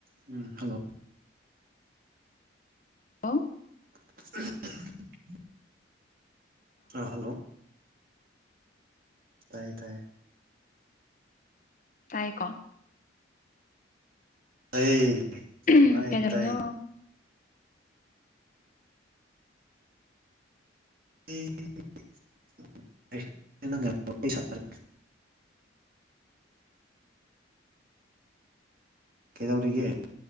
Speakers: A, on the right; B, on the left.
A: ꯎꯝ ꯍꯜꯂꯣ
B: ꯍꯜꯂꯣ
A: <inaudible> ꯑ ꯍꯜꯂꯣ ꯇꯥꯏ ꯇꯥꯏ
B: ꯇꯥꯏ ꯀꯣ
A: ꯑꯩ
B: ꯎꯝ ꯀꯗꯥꯏꯅꯣ
A: ꯇꯥꯏ <unintelligible> ꯑꯩ ꯁꯔꯦ ꯀꯩꯗꯧꯔꯤꯒꯦ